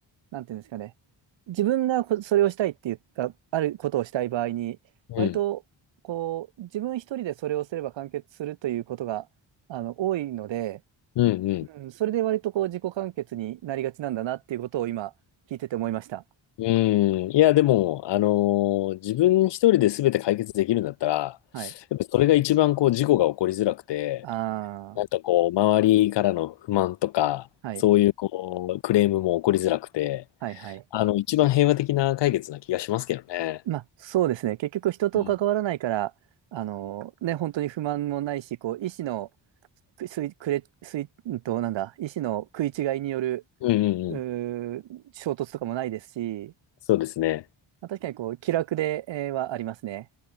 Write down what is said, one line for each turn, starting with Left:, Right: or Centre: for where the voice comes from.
Right: なんていうんですかね、自分がこそれをしたいって言った、あることをしたい場合に、
Left: うん
Right: 割と、こう、自分一人でそれをすれば完結するということが、あの、多いので、
Left: うんうん。
Right: うん、それで割とこう、自己完結になりがちなんだなっていうことを今、聞いてて思いました。
Left: うん。いや、でも、あのー自分一人で全て解決できるんだったら、
Right: はい。
Left: やっぱそれが一番こう事故が起こりづらくて、
Right: あ
Left: なんかこう、周りからの不満とか、
Right: あ、はい。
Left: そういうこう、クレームも起こりづらくて、
Right: はい、はい。
Left: あの、一番平和的な解決な気がしますけどね。
Right: まあ、そうですね。結局、人と関わらないから、
Left: うん。
Right: あの、ね、本当に不満もないし、こう、意思の、くすい、くれ、すい、うんと、なんだ、意思の食い違いによる、
Left: うんうんうん。
Right: うー衝突とかもないですし、
Left: そうですね。
Right: まあ、確かにこう気楽でえーはありますね。